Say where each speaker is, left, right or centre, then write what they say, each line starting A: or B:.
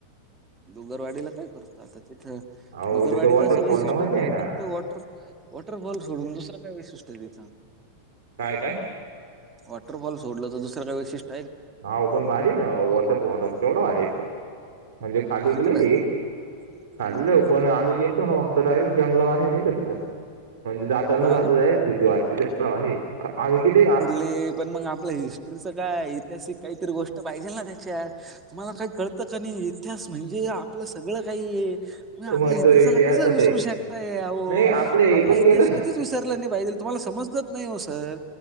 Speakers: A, on the right; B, on the right.
A: दुगरवाडीला कायं करतो आंता तिथं
B: हो
A: दुगरवाडीच
B: तिथं वॉटरफॉल
A: असं वैशिष्ट्य
B: ना मजा
A: नाहीं
B: आहे ना
A: फक्तं वॉटर. वॉटर बॉल सोडूंन दुसरं कायं विशिष्ट नाहीं तिथं
B: कायं कायं
A: वॉटरफॉल सोलं तरं दुसरं कायं विैशिष्ट
B: नांव पणं बारी नं वॉटर फॉल लंय भारी म्हणजे खाली
A: पण
B: विकलं
A: किती भारी
B: खाल्लं
A: हम्म
B: पणं आम्हीं गेलं. डयरेट जंगलावा नाहीं कां तिथं म्हणजे त्यांनात
A: आज
B: जाई भीती वाटते ते आणिमही किती
A: ते पणं मंग आपलं हे. सगळ्यां कायं ऐतिहासिक कांहीतरी गोष्ट पाहिजे नां ते. तुम्हांला कांहीं कळतं कां नाहीं इतिहास म्हणजे आपलं सगळं कांहीं. मं आपल्या
B: महत्व
A: इतिहासाला
B: इतिहासात
A: कसं विसरूं
B: आहे
A: शकतायह
B: नाही आपले
A: आपला.
B: हे पण गेलं
A: कधीं चं विसर नाहीं पाहिजे तुम्हांला समजतं नाहीं हो सरं